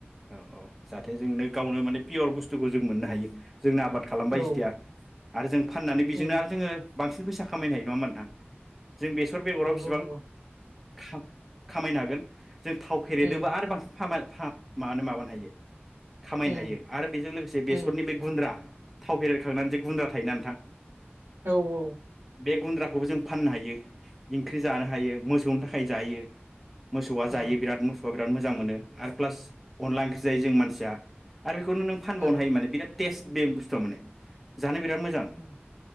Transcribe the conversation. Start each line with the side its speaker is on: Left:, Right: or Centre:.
Centre: औ औ जाहाथे जोंनो गावनो माने पियर बुस्तुखौ जों मोननो हायो। जोंनो आबाद खालामबाय
Right: औ
Centre: जिथिया आरो जों फाननानै बेजोंनो
Right: उम
Centre: आरो जोङो बांसिन फैसा खामायनो हायो नङा होनबा नोंथां? जों बेसर बेगराव बिस
Right: <unintelligible>
Centre: खाब खामायनो हागोन जों थाव फेरेदोबा
Right: उम
Centre: आरो बांसिन <unintelligible> माबानो माबानो हायो। खामायनो
Right: उम
Centre: हायो आरो बेजों लोगोसे बेसरनि
Right: उम
Centre: बे गुन्द्रा थाव फेरेदखांनानै जे गुन्द्रा थायोना नोंथां।
Right: औ औ।
Centre: बे गुन्द्राखौबो जों फाननो हायो। ख्रि जानो हायो मोसौनि थाखाय जायो। मोसौआ
Right: उम
Centre: जायो बिराद मोसौआ बिराद मोजां मोनो आरो प्लास अनला ओंख्रि जायो जों मानसिया। आरो बेखौनो नों फानबावनो
Right: उम
Centre: हायो माने बिराद बेस्त बे बुस्थुया माने। जानो बिराद मोजां
Right: उम